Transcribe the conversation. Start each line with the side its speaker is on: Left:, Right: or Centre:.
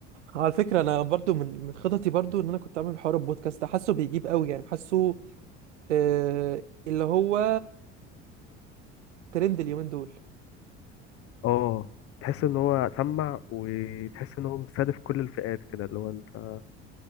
Right: على فكرة أنا برضو من من خططي برضو إن أنا كنت أعمل حوار البودكاست ده حاسه بيجيب قوي يعني حاسه آه اللي هو ترند اليومين دول
Left: اه تحس ان هو سمع وتحس ان هو مستهدف كل الفئات كده اللي هو انت